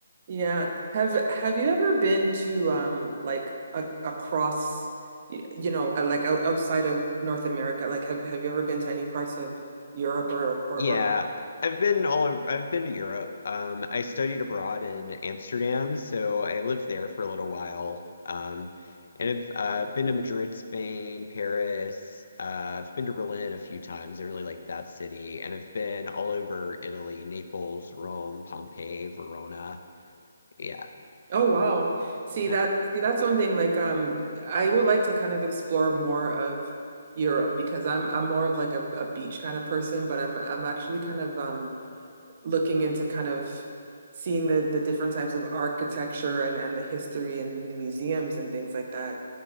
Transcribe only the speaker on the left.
Yeah,
I've been all over, I've been to Europe. Um, I studied abroad in Amsterdam, so I lived there for a little while. Um, and I've uh, been to Madrid, Spain, Paris. Uh, I've been to Berlin a few times. I really like that city. And I've been all over Italy, Naples, Rome, Pompeii, Verona. Yeah.
Huh.